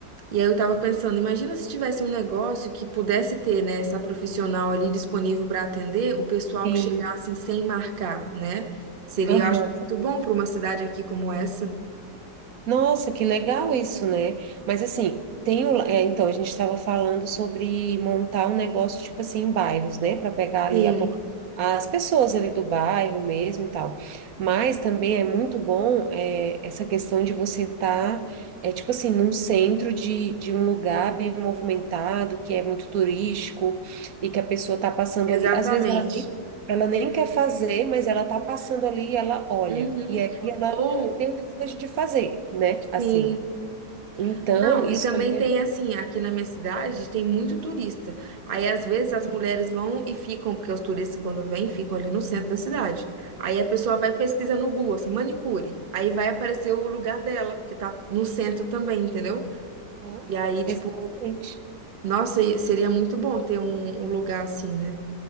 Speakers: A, on the right (about 35°); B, on the right (about 60°).
A: E aí eu tava pensando, imagina se tivesse um negócio que pudesse ter, né, essa profissional ali disponível para atender o pessoal
B: Sim.
A: que chegasse sem marcar, né? Seria,
B: Aham.
A: eu acho, muito bom para uma cidade aqui como essa.
B: Nossa, que legal isso, né? Mas assim, tem o, é, então a gente estava falando sobre montar um negócio tipo assim em bairros, né, para pegar ali
A: Sim,
B: a po- as pessoas ali do bairro mesmo e tal. Mas também é muito bom é, essa questão de você estar é tipo assim num centro de, de um lugar bem movimentado, que é muito turístico e que a pessoa está passando
A: exatamente.
B: ali. Às vezes ela nem, ela nem quer fazer, mas ela está passando ali e ela olha.
A: Uhum.
B: E aí ela
A: Ou,
B: tem um desejo de fazer, né? Assim.
A: sim.
B: Então,
A: Não,
B: isso
A: e também
B: também
A: tem
B: é.
A: assim, aqui na minha cidade tem muito turista. Aí às vezes as mulheres vão e ficam, porque os turistas quando vêm ficam ali no centro da cidade. Aí a pessoa vai e pesquisa no Google, assim, manicure. Aí vai aparecer o lugar dela, porque tá no centro também, entendeu?
B: Uhum.
A: E aí, tipo,
B: Exatamente.
A: nossa, e seria muito bom ter um, um lugar assim, né?